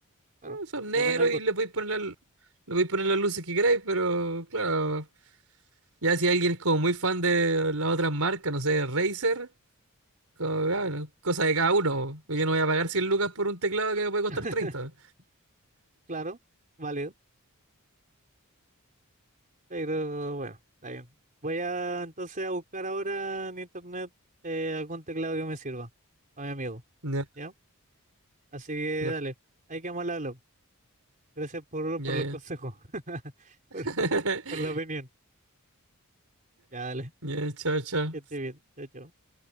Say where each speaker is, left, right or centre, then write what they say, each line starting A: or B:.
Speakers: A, on the right; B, on the right.
A: claro,
B: Son negros
A: depende del
B: y
A: gusto.
B: le podéis poner, la, le podéis poner las luces que queráis, pero claro, ya si alguien es como muy fan de las otras marcas, no sé, Razer, como, ya, bueno, cosa de cada uno. Yo no voy a pagar 100 lucas por un teclado que me puede costar
A: <laughs>
B: treinta
A: Claro, válido. Pero bueno, está bien. Voy a entonces a buscar ahora en internet eh, algún teclado que me sirva a mi amigo,
B: Ya,
A: ¿ya? Así que
B: ya,
A: dale, ahí quedamos al habla. Gracias por,
B: ya,
A: por los
B: ya.
A: consejos, <laughs>
B: <laughs>
A: por, por la opinión. Ya, dale.
B: Ya, chao, chao.
A: esté bien. Chao, chao.